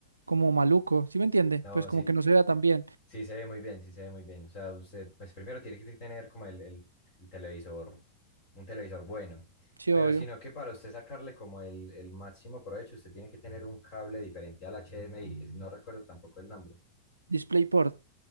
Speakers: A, on the right; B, on the left.
A: como maluco, ¿sí me entiende?
B: No,
A: Pues como
B: sí,
A: que no se vea tan bien.
B: sí se ve muy bien, sí se ve muy bien. O sea, usted, pues primero tiene que tener como el, el- el televisor, un televisor bueno.
A: Sí,
B: Pero
A: obvio.
B: sino que para usted sacarle como el, el máximo provecho, usted tiene que tener un cable diferente al HDMI. No recuerdo tampoco el nombre.
A: DisplayPort.